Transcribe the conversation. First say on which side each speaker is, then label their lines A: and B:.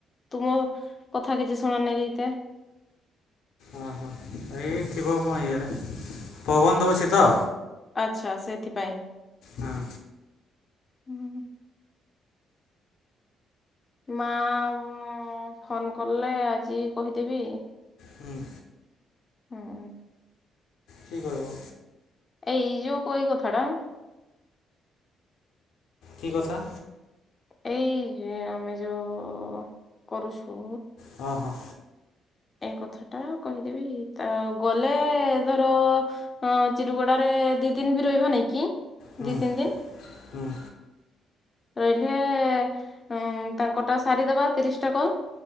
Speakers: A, on the left; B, on the left.
A: ତୁମ କଥା କିଛି ଶୁଣନାଇଁତେ।
B: ଓହୋ ଏଇ ଥିବ ମୋ ଇଏରେ ପବନ ଦୋଉଛି ତ।
A: ଆଚ୍ଛା ସେଥିପାଇଁ।
B: ହଁ।
A: ହୁଁ ହୁଁ। ମା ମା ଫୋନ୍ କଲେ ଆଜି କହିଦେବି।
B: ହୁଁ
A: ହୁଁ।
B: କିଏ କହିବ?
A: ଏଇ ଯୋଉ କଇ କଥାଟା।
B: କି କଥା?
A: ଏଇ ଆମେ ଯୋଉ କରୁଛୁ।
B: ହଁ ହଁ।
A: ଏଇ କଥାଟା କହିଦେବି ତ ଗଲେ ଧର ହଁ ଚିରୁଗୁଡାରେ ଦି ଦିନି ବି ରହିବ ନାଇଁ କି?
B: ହୁଁ
A: ଦି ତିନି ଦିନ
B: ହୁଁ।
A: ରହିଲେ ଉଁ ତାଙ୍କ ଟା ସାରିଦବା ତିରିଶଟା କଲ୍।